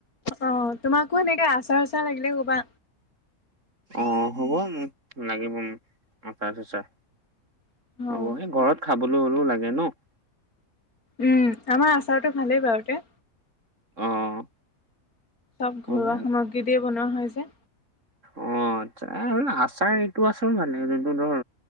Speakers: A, on the left; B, on the right.
A: অ' তোমাকো এনেকে আচাৰ চাচাৰ লাগিলে ক'বা।
B: অ' হ'ব মোক লাগিব মোক আচাৰ চাচাৰ,
A: অঁ।
B: হ'ব এই ঘৰত খাবলৈ হ'লেও লাগে ন'।
A: উম, আমাৰ আচাৰটো ভালেই বাৰুতে।
B: অ'।
A: চব
B: হ'ব
A: ঘৰুৱা সামগ্ৰী দিয়ে বনোৱা হয় যে।
B: অ' আচ্ছা আৰু আচাৰ এইটো আচাৰ মানে যোনটো ধৰ